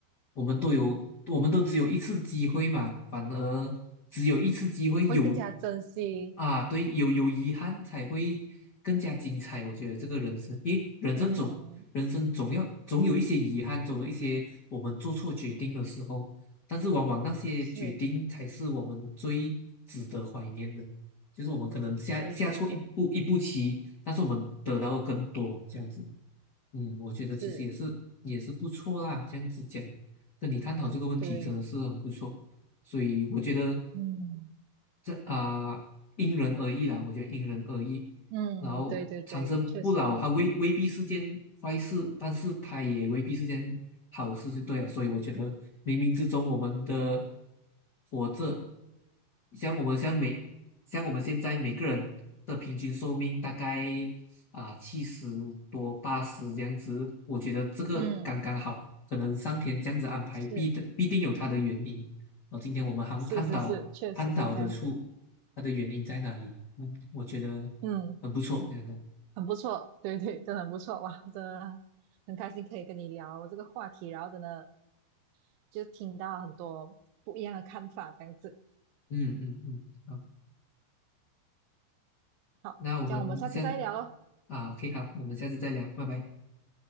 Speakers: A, on the left; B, on the right.
A: 我们都有，我们都只有一次机会嘛，反而只有一次机会有
B: 会更加珍惜。
A: 啊，对，有有遗憾才会更加精彩。我觉得这个人生，因为人生总人生总要总有一些遗憾，
B: 嗯，
A: 总有一些我们做错决定的时候，但是往往那些决定才是我们最值得怀念的。
B: 是，
A: 就是我们可能下下错一步一步棋，
B: 对对对，
A: 但是我们得到的更多这样子。嗯，我觉得其实也是也是不错啦，
B: 是，
A: 这样子讲，跟你探讨这个问题真的是很不错。
B: 对，
A: 所以我觉得
B: 嗯
A: 这啊、因人而异啦，我觉得因人而异。
B: 嗯，
A: 然后长生不老，
B: 对对对，确实确实，
A: 它未未必是件坏事，但是它也未必是件好事，就对了。所以我觉得冥冥之中，我们的活着，像我们像每像我们现在每个人的平均寿命大概啊七十多八十这样子，我觉得这个刚刚好，
B: 嗯，
A: 可能上天这样子安排，
B: 是
A: 必定必定有它的原因。哦，今天我们好像探讨探讨得出
B: 是是是，确实是这样子，
A: 它的原因在哪里。嗯，我觉得
B: 嗯。
A: 很不错，这样子。
B: 很不错，对对，真的很不错哇，真的很开心可以跟你聊这个话题，然后真的就听到很多不一样的看法，这样子。
A: 嗯嗯嗯，好，
B: 好，
A: 那我们下
B: 这样我们下次再聊喽。
A: 啊，OK，好，我们下次再聊，拜拜。